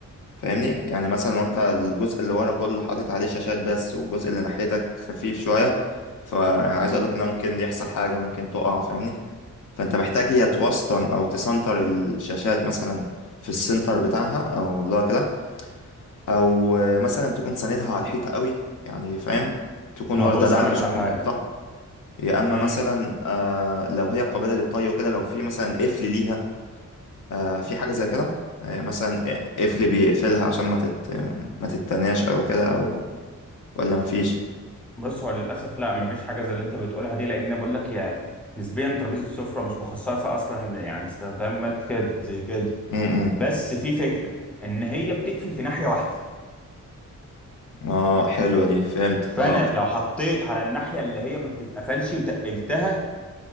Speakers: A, on the left; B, in the centre.
A: فاهمني يعني مثلا لو انت الجزء اللي ورا كله حاطط عليه شاشات بس والجزء اللي ناحيتك خفيف شوية فعايز اقولك ان ممكن يحصل حاجة ممكن تقع فاهمني فانت محتاج يا توسطن او تسنتر الشاشات مثلا في السنتر بتاعها او اللي هو كده او آه، مثلا تكون ساندها على الحيطة قوي يعني فاهم تكون
B: ما
A: واخدة
B: هو بص
A: دعم
B: هقول لك
A: شوية
B: على حاجه
A: من الحيطة يا اما
B: امم
A: مثلا آه لو هي قابلة للطي وكده لو في مثلا قفل ليها آه، في حاجة زي كده آه، مثلا قفل بيقفلها عشان ما تت ما تتناش او كده او ولا مفيش
B: بص هو للاسف لا ما فيش حاجه زي اللي انت بتقولها دي لان أنا بقول لك يا نسبيا ترابيزه السفره مش مخصصه اصلا يعني استخدامات كده زي كده
A: امم
B: بس في فكرة ان هي بتقفل في ناحية واحدة
A: اه حلوة دي فهمتك
B: فانا
A: اه
B: لو حطيت على الناحية اللي هي ما بتتقفلش وتقلتها